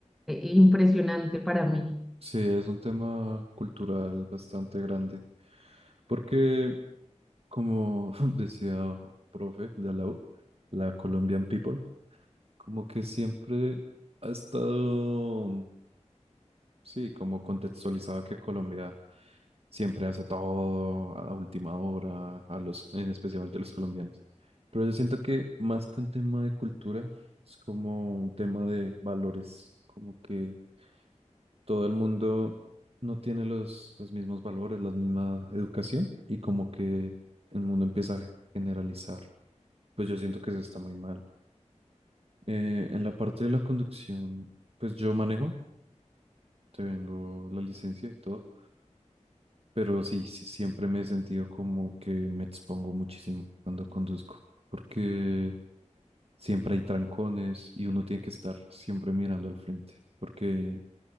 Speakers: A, in the centre; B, on the right (about 55°).
A: eh, impresionante para mí.
B: sí, es un tema cultural bastante grande, porque como <laughs> decía un profe de la U, la Colombian People, como que siempre ha estado Sí, como contextualizaba que Colombia siempre hace todo a última hora, a los, en especialmente a los colombianos. Pero yo siento que más que un tema de cultura, es como un tema de valores, como que todo el mundo no tiene los, los mismos valores, la misma educación y como que el mundo empieza a generalizar. Pues yo siento que eso está muy mal. Eh, en la parte de la conducción, pues yo manejo, tengo la licencia y todo Pero sí, sí, siempre me he sentido como que me expongo muchísimo cuando conduzco, porque siempre hay trancones y uno tiene que estar siempre mirando al frente, porque